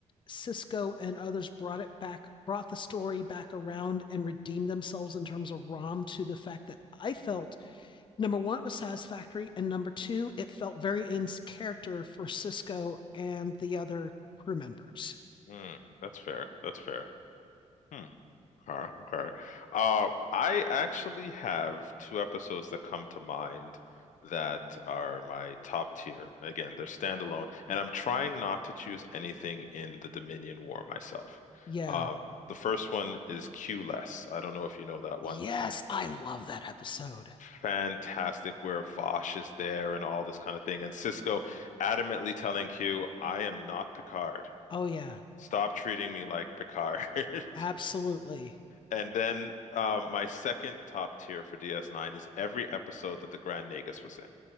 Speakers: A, on the left; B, on the left.
A: cisco and others brought it back brought the story back around and redeemed themselves in terms of rom to the fact that i felt number one it was satisfactory and number two it felt very in character for cisco and the other crew members
B: Mm, that's fair. That's fair. Hmm. Okay. Okay. Uh, I actually have two episodes that come to mind that are my top tier. Again, they're standalone, and I'm trying not to choose anything in the Dominion War myself.
A: yeah
B: Um, the first one is Q Less. I don't know if you know that one.
A: Yes, I love that episode.
B: fantastic where Vosh is there and all this kind of thing. And Cisco adamantly telling Q, I am not Picard.
A: Oh yeah,
B: Stop treating me like Picard. <laughs>
A: absolutely.
B: And then um, my second top tier for DS9 is every episode that the Grand Nagus was in.